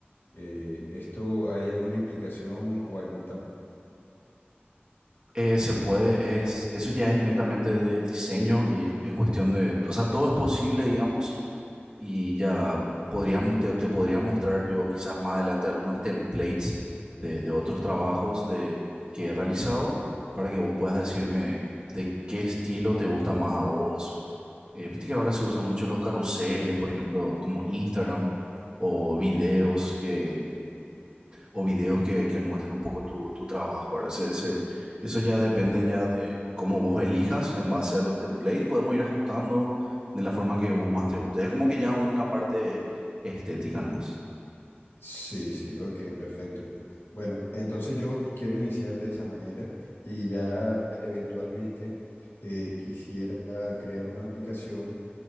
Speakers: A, on the left; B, on the right.
A: Eh, ¿esto hay alguna implicación o algún tamaño?
B: Eh, se puede, es, eso ya es netamente de diseño y es, es cuestión de, o sea, todo es posible, digamos, y ya podría- te, te podría mostrar yo quizás más adelante algunos templates de, de otros trabajos de, que he realizado para que vos puedas decirme de qué estilo te gusta más a vos. Eh, viste que ahora se usan mucho los carruseles, por ejemplo, como Instagram o videos que o videos que, que muestren un poco tu, tu trabajo, ¿verdad? Se- se- eso ya depende ya de cómo vos elijas en base a los templates. Podemos ir ajustando de la forma que vos más te guste. Es como que ya una parte estética más.
A: Sí, sí, ok, perfecto. Bueno, entonces yo quiero iniciar de esa manera y ya eventualmente eh, quisiera crear una aplicación